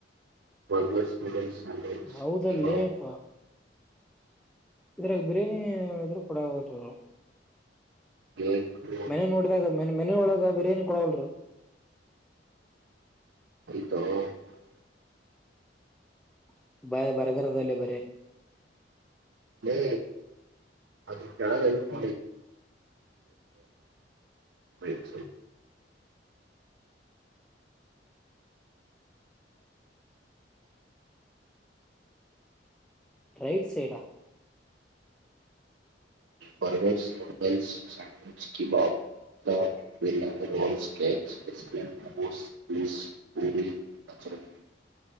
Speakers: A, on the right; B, in the centre.
A: ವನ್ರ್ಸ್ ನೂಡಲ್ಸ್ ಸ್ಯಾಂಡ್ವಿಚ್
B: ಹೌದಲ್ಲೇಪ್ಪಾ
A: ಕಬಾಬ್
B: ಇದ್ರಾಗ ಬಿರಿಯಾನಿ ಇದ್ರ ಕೊೂಡ ಹೋದರು
A: ಕೇಕ್
B: ಮೆನೆ ನೋಡಿದಾಗ ಮ ಮನೆ ಒಳಗ ಬಿರಿಯಾನಿ ಕೊಡಲರಿ
A: <inaudible>
B: <inaudible> ಬರ್ಗರ್ ಅದಲ್ಲ ಬರ
A: ಲೇ ಅದಕ್ಕೆಳ ಅರಿಪ
B: ಹ್ಮ್
A: <inaudible>
B: ರೈಟ್ ಸೈಡಾ <unintelligible>
A: ಬರ್ಗರ್ಸ್ ನೂಡಲ್ಸ್ ಸ್ಯಾಂಡವಿಚ ಕ ಬಬ್ ಬಿರಿಯಾನಿ ರೋಲ್ಕಚ್ ಐಸ್ ಕ್ರೀಮ್ ಜಸ್ ಪೂ ಅ <inaudible>